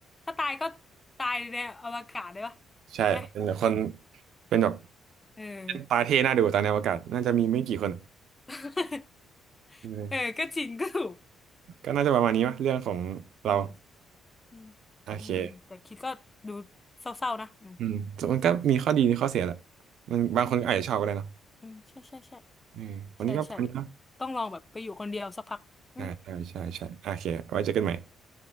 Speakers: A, on the left (about 20°); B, on the right (about 75°).
A: ถ้าตายก็ตายในอวกาศได้ปะใช่ไหม
B: ใช่เป็นแบบคนเป็นแบบ
A: เออ
B: ตาเท่น่าดูตาในอวกาศน่าจะมีไม่กี่คนอะ
A: <laughs>
B: เออ
A: เออก็จริงก็ถูก
B: ก็น่าจะประมาณนี้วะเรื่องของเรา
A: อืมอืม
B: โอเค
A: อืมแต่คิดก็ดูเศร้าๆนะอืม
B: อืมส่วนมันก็มีข้อดีมีข้อเสียแหละมันบางคนก็อาจจะชอบก็ได้เนาะ
A: อืมใช่ใช่ใช่
B: เออวันนี้ก็ปรนี้เนาะ
A: ใช่ใช่ต้องลองแบบไปอยู่คนเดียวสักพักอืม
B: อ่าใช่ใช่ใช่โอเคไว้เจอกันใหม่